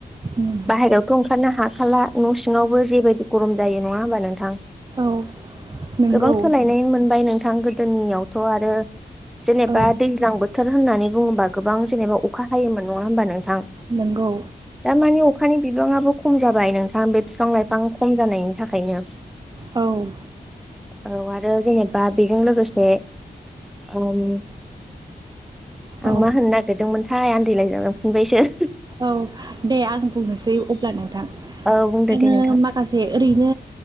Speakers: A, on the right; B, in the centre.
A: उम
B: बाहेरायावथ' ओंखारनो हाखाला न'सिं सिङावबो जेबायदि गरम जायो नङा होमबा नोंथां।
A: औ। नंगौ
B: गोबां सोलायनाय मोनबाय नोंथां गोदोनियावथ' आरो जेनेबा
A: औ
B: दै दैज्लां बोथोर होननानै बुंङोबा गोबां जेनेबा अखा हायोमोन नङा होमबा नोंथां।
A: नोंगौ।
B: दामानि अखानि बिबांआबो खम जाबाय नोंथां बे फिफां लाइफां खम जानायनि थाखायनो।
A: औ।
B: औ आरो जेनेबा बेजों लोगोसे ओम आं
A: औ
B: मा होनो नागिरदोंमोनथाय आन्दालाय लांफिनबायसो
A: औ दे आं बुंनोसै अब्ला नोंथां।
B: औ बुंदो दे।
A: ओ
B: नोंथां
A: माखासे ओरैनो